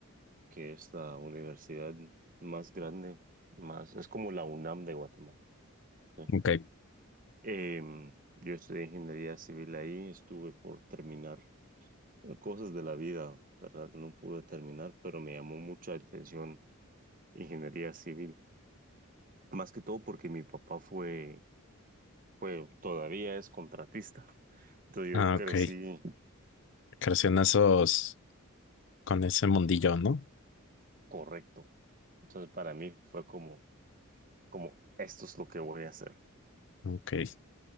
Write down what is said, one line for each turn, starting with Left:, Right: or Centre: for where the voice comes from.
Right: que es la universidad más grande, más, es como la UNAM de Guatemala. ¿sí?
Left: Ok.
Right: Em, yo estudié ingeniería civil ahí, estuve por terminar cosas de la vida, ¿verdad? No pude terminar, pero me llamó mucha atención ingeniería civil, más que todo porque mi papá fue, fue, todavía es contratista. Entonces
Left: Ah,
Right: yo crecí.
Left: ok. Creció en esos, con ese mundillo, ¿no?
Right: correcto. Entonces, para mí fue como, como, esto es lo que voy a hacer.
Left: Ok.